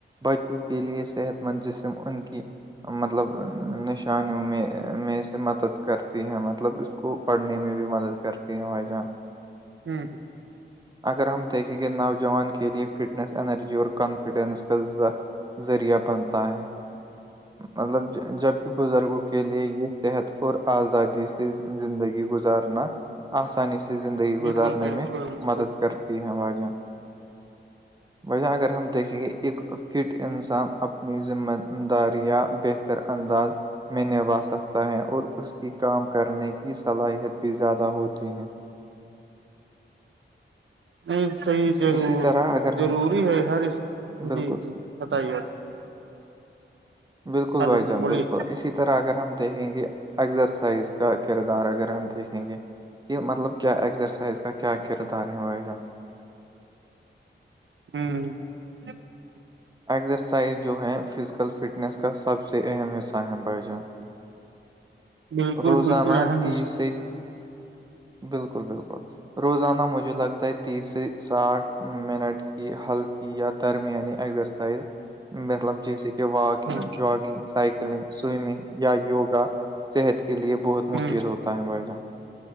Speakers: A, on the right; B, on the right.
A: بچوں کے لیے صحت مند جسم ان کی مطلب نشانو میں میں سے مدد کرتی ہیں مطلب اس کو پڑھنے میں بھی مدد کرتی ہیں بھائی جہان
B: <inaudible>
A: اگر ہم دیکھیں گے نوجوان کے لیے فٹنس انرجی اور کانفیڈینس کا زذ ذریعہ بنتا ہے مطلب جبکہ بزرگوں کے لیے یہ صحت اور آزادی سے زندگی گزارنا آسانی سے زندگی
B: بالکل
A: گزارنے
B: بالکل
A: میں
B: بالکل
A: مدد کرتی ہیں واجن وجہ اگر ہم دیکھیں گے ایک فٹ انسان اپنی ذمہ داریا بہتر انداز میں نوا سکتا ہے اور اس کی کام کرنے کی صلاحیت بھی زیادہ ہوتی ہے
B: نہیں صحیحضر
A: اسی طرح اگر
B: ضروری
A: ہم
B: ہے ہر
A: بالکل
B: جی جی بتائیے
A: بالکل
B: ہلو
A: بھائی جان
B: بولیے
A: بالکل اسی طرح اگر ہم دیکھیں گے ازرسائز کا کردار اگر ہم دیکھیں گے کہہ مطلب کیا اگزسائز کا کیا کردار ہےوزہ
B: <inaudible>
A: اگزرسائز جو ہے فزیکل فٹنس کا سب سے اہم حصہ ہے بھائی جان
B: بالکل
A: روزانہ
B: بالکل اہم
A: تیس
B: س
A: بالکل بالکل روزانہ مجھے لگتا ہے تیس ساٹھ منٹ کی ہلکی یا درمیانی ایگزرسائز مطلب جیسے کہ واکنگ
B: ہ
A: جگنگ سائیکلنگ سوئمنگ یا یوگا صحت کے لیے بہت
B: ہ
A: مفید ہوتا ہے بھائی جان